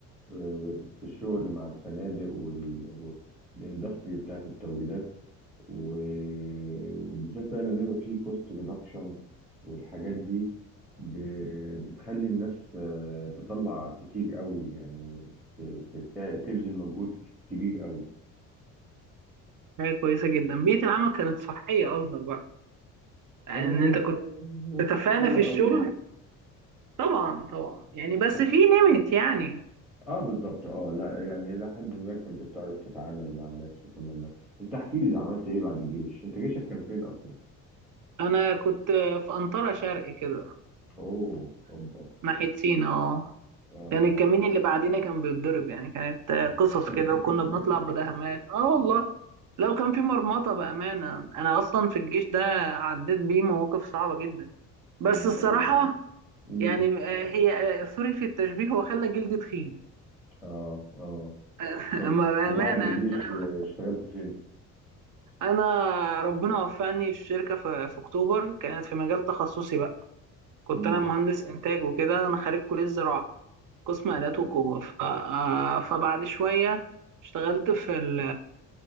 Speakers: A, in the centre; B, on the right (about 55°).
A: في الشغل مع الفنادق وال... والاندستري بتاعت التوريدات و- وبالذات بقى لما يبقى فيه كوست ريدكشن والحاجات دي ب... بتخلي الناس آه، تطلع كتير قوي يعني ت... ت... ت- تبذل مجهود كبير قوي
B: حاجه كويسه جدا بيئه العمل كانت صحيه قصدك بقى يعني
A: آه
B: ان انت كنت
A: يعني مفيش
B: تتفانى
A: حاجة
B: في الشغل
A: ايدي
B: طبعا طبعا يعني بس
A: <laughs>
B: في نمت يعني
A: اه بالظبط اه لا يعني الى حد ما كنت بتعرف تتعامل مع الناس وكنا من... انت احكي لي عملت ايه بعد الجيش انت جيشك كان فين اصلا
B: انا كنت في انطره شرق كده
A: اوه اوبا
B: ناحيه سينا اه
A: اه
B: كان الكمين اللي بعدينا كان بيتضرب يعني كانت آه،
A: <laughs>
B: قصص كده وكنا بنطلع مداهمات اه والله لو كان في مرمطة بأمانة أنا أصلا في الجيش ده عديت بيه مواقف صعبة جدا بس
A: الله
B: الصراحة
A: امم
B: يعني آه، هي آه، سوري في التشبيه هو خلى جلدي تخين
A: اه اه
B: <laughs>
A: طب
B: أما بأمانة
A: وبعد الجيش
B: أنا
A: آه، اشتغلت فين؟
B: أنا ربنا وفقني في شركة في في أكتوبر كانت في مجال تخصصي بقى كنت
A: امم
B: أنا مهندس إنتاج وكده أنا خريج كلية زراعة قسم
A: طب
B: آلات
A: حلو
B: وقوة ف- آه، فبعد شوية اشتغلت في ال